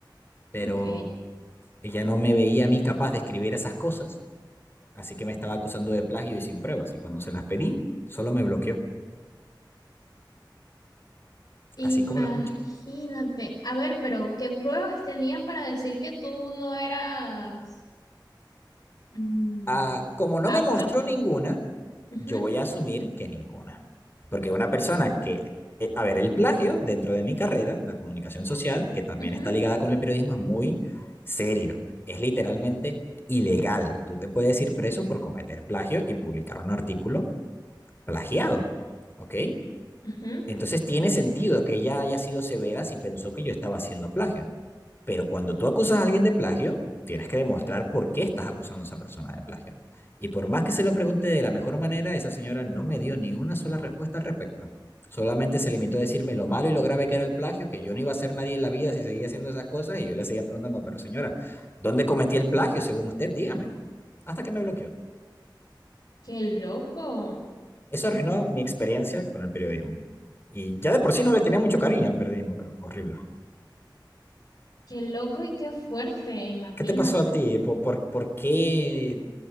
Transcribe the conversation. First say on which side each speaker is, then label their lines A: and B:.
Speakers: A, on the left; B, on the left.
A: Pero
B: Ok.
A: ella no me veía a mí capaz de escribir esas cosas, así que me estaba acusando de plagio y sin pruebas. Y cuando se las pedí, solo me bloqueó,
B: Imagínate.
A: así como lo escuchas.
B: A ver, pero ¿qué pruebas tenía para decir que tú no eras mm,
A: ah, como no
B: apto?
A: me mostró ninguna,
B: Ujú,
A: yo voy a asumir que ninguna. Porque una persona que, eh, a ver, el plagio dentro de mi carrera, la comunicación social, que también
B: ujú,
A: está ligada con el periodismo, es muy serio. Es literalmente ilegal. Tú te puedes ir preso por cometer plagio y publicar un artículo plagiado. ¿Ok?
B: ujú.
A: Entonces tiene sentido que ella haya sido severa si pensó que yo estaba haciendo plagio. Pero cuando tú acusas a alguien de plagio, tienes que demostrar por qué estás acusando a esa persona de plagio. Y por más que se lo pregunte de la mejor manera, esa señora no me dio ni una sola respuesta al respecto. Solamente se limitó a decirme lo malo y lo grave que era el plagio, que yo no iba a ser nadie en la vida si seguía haciendo esas cosas. Y yo le seguía preguntando, pero señora, ¿dónde cometí el plagio según usted? Dígame. Hasta que me bloqueó.
B: Qué loco,
A: Eso arruinó mi experiencia con el periodismo. Y ya de por sí no le tenía mucho cariño al periodismo, pero horrible.
B: qué loco y qué fuerte, imagínate.
A: ¿Qué te pasó a ti? ¿Por, por, por qué